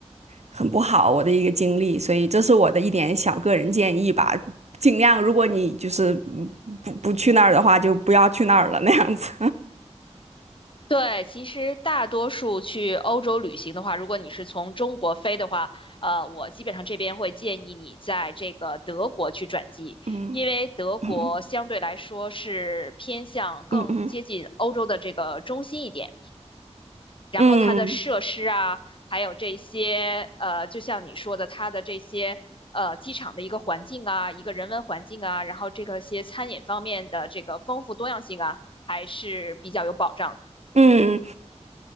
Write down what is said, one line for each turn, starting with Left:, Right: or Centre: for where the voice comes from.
Right: 很不好，我的一个经历，所以这是我的一点小个人建议吧。尽量，如果你就是嗯不不去那儿的话，就不要去那儿了那样子。
Left: 对，其实大多数去欧洲旅行的话，如果你是从中国飞的话，呃，我基本上这边会建议你在这个德国去转机，
Right: <laughs> 嗯
Left: 因为德国相对来说是偏向更接近欧洲的这个中心一点，
Right: 嗯嗯嗯
Left: 然后它的设施啊，
Right: 嗯
Left: 还有这些呃，就像你说的，它的这些呃机场的一个环境啊，一个人文环境啊，然后这个些餐饮方面的这个丰富多样性啊，还是比较有保障的。
Right: 嗯，